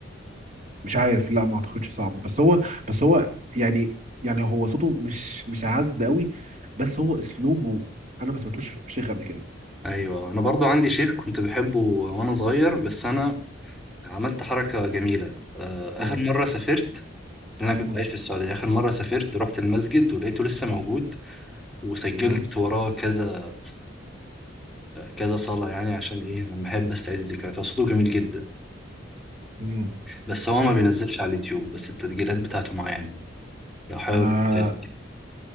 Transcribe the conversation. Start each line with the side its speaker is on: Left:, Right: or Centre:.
Right: مش عارف لا ما اعتقدش صعب بس هو بس هو يعني يعني هو صوته مش مش عذب قوي بس هو اسلوبه انا ما سمعتوش في شيخ قبل كده
Centre: ايوه انا برضو عندي شيخ كنت بحبه وانا صغير بس انا عملت حركه جميله آه،
Right: هو
Centre: اخر مره سافرت لأن انا
Right: مم.
Centre: كنت عايش في السعوديه اخر مره سافرت رحت المسجد ولقيته لسه موجود وسجلت
Right: مم.
Centre: وراه كذا كذا صلاه يعني عشان ايه لما احب استعيد الذكريات هو صوته جميل جدا
Right: مم.
Centre: بس هو ما بينزلش على اليوتيوب بس التسجيلات بتاعته معايا يعني. لو حابب
Right: انا
Centre: أديها لك.